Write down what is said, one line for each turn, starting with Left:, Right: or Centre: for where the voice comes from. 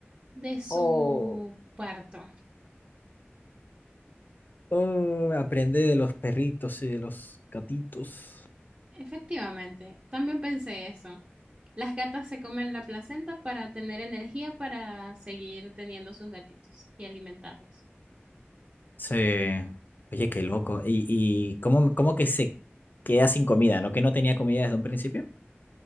Right: de su
Left: Oh,
Right: parto.
Left: oh, aprende de los perritos y de los gatitos.
Right: Efectivamente, también pensé eso. Las gatas se comen la placenta para tener energía para seguir teniendo sus gatitos y alimentarlos.
Left: Sí. Oye, qué loco. ¿Y, y cómo, cómo que se queda sin comida? ¿No que no tenía comida desde un principio?